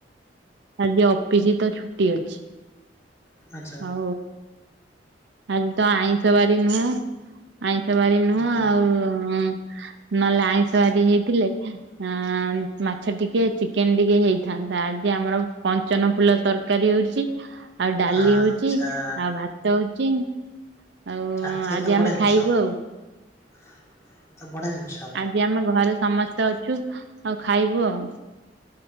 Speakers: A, on the right (about 70°); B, on the left (about 15°).
A: ଆଜି ଅଫିସି ତ ଛୁଟି ଅଛି।
B: ଆଚ୍ଛା
A: ଆଉ। ଆଜିତ ଆଇଁଷ ବାରି ନୁହଁ ଆଇଁଷ ବାରି ନୁହଁ
B: ନା
A: ଆଉ
B: ନା
A: ଉଁ। ନହେଲେ ଆଇଁଷ ବାରି ହେଇଥିଲେ ଆଁ ମାଛ ଟିକେ ଚିକେନ ଟିକେ ହେଇ ଥାନ୍ତା ଆଜି ଆମର କଞ୍ଚନ ଫୁଲ ତର କାରୀ ହଉଛି ଆଉ ଡାଲି
B: ହଁ ଆଚ୍ଛା
A: ହଉଛି ଆଉ ଭାତ ହଉଛି। ଆଉ
B: ଆଃ ସେତ
A: ଆଜି
B: ବଢିଆ
A: ଆମେ
B: ଜିନିଷ
A: ଖାଇବୁ ଆଉ।
B: ସେ ତ ବଢିଆ ଜିନିଷ।
A: ଏବେ ଆମେ ଘରେ ସମସ୍ତେ ଅଛୁ ଆଉ ଖାଇବୁ ଆଉ।